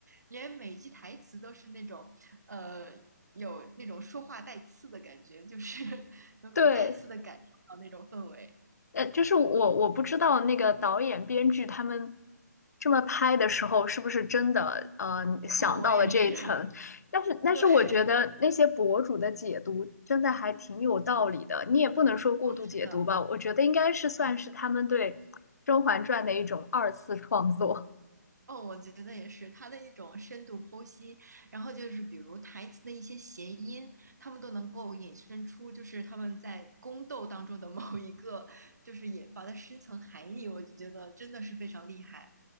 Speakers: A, on the right; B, on the left.
A: 连每句台词都是那种，呃有那种说话带刺的感觉，就是 <laughs> 能够再次的感受到那种氛围。
B: 对。呃，就是我我不知道那个导演、编剧他们这么拍的时候，是不是真的呃想到了这一层？
A: 哦，我也是，
B: 但是但是我觉得那些博主的解读真的还挺有道理的，
A: <laughs> 对，
B: 你也不能说过度解读吧，
A: 哦，是的，
B: 我觉得应该是算是他们对
A: 对，
B: 《甄嬛传》的一种二次创作。
A: 哦，我觉得也是，他的一种深度剖析，然后就是比如台词的一些谐音，他们都能够引申出，就是他们在宫斗当中的某一个，就是引发的深层含义，我觉得真的是非常厉害。